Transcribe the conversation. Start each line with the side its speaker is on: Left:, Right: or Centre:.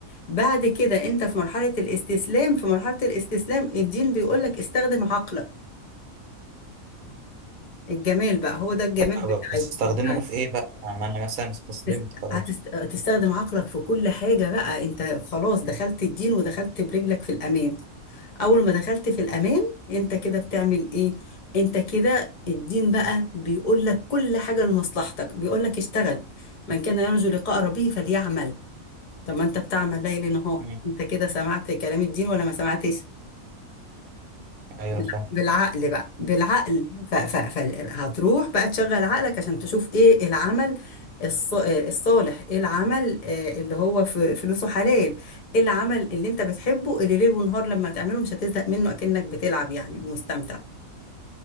Left: بعد كده أنت في مرحلة الاستسلام في مرحلة الاستسلام الدين بيقولك استخدم عقلك الجمال بقى هو ده الجمال
Right: طب
Left: بتاع
Right: بستخدمه
Left: بتاع
Right: في ايه بقى ما انا مثلا استسلمت
Left: تست-
Right: خلاص
Left: هتست... تستخدم عقلك في كل حاجة بقى انت خلاص دخلت الدين ودخلت برجلك في الأمان أول ما دخلت في الأمان انت كده بتعمل ايه انت كده الدين بقى بيقول لك كل حاجة لمصلحتك بيقول لك اشتغل من كان يرجو لقاء ربه فليعمل طب ما انت بتعمل ليل نهار
Right: مم.
Left: انت كده سمعت كلام الدين ولا ما سمعتش
Right: ايوه
Left: بالع-
Right: صح
Left: بالعقل بقى بالعقل ف... ف... فهتروح بقى تشغل عقلك عشان تشوف ايه العمل الص... آه، الصالح ايه العمل آه، اللي هو ف... فلوسه حلال ايه العمل اللي انت بتحبه اللي ليل ونهار لما تعمله مش هتزهق منه اكنك بتلعب يعني ومستمتع